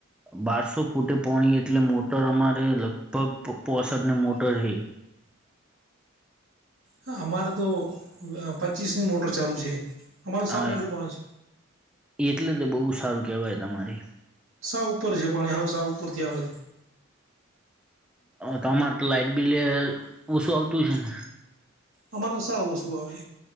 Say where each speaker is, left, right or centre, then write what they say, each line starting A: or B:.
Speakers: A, in the centre; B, on the right.
A: બારસો ફૂટે પોણી એટલે મોટર અમારે લગભગ પોસઠ ન મોટર હે
B: હ અમારે તો પચીસની મોટર ચાલુ છે અમારે સાવને
A: આ
B: અડું <unintelligible> પાણ છે
A: એટલે તો બહુ સારું કેવાય તમારે
B: સા ઉપર છે પાણી હાવ સાઉ ઉપરથી આવે છે
A: તમારે તો લાઇટ બિલે ઓશુ આવતું હશે ને
B: અમારે તો સાઉ ઓછું આવે